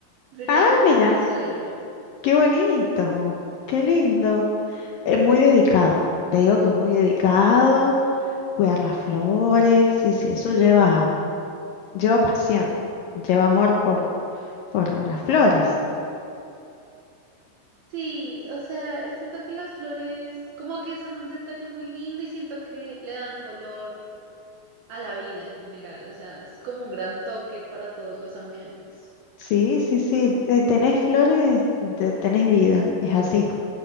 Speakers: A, on the right (about 65°); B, on the left (about 75°).
A: Sería
B: Ah,
A: como
B: mira,
A: mi sueño.
B: qué bonito, qué lindo. Es muy dedicado, te digo que muy dedicado, cuidar las flores, sí, sí, eso lleva, lleva pasión, lleva amor por, por las flores.
A: Sí, o sea, siento que las flores como que son un detalle muy lindo y siento que le dan color a la vida en general. O sea, es como un gran toque para todos los ambientes.
B: Sí, sí, sí, eh, tenés flores, te- tenés vida, es así.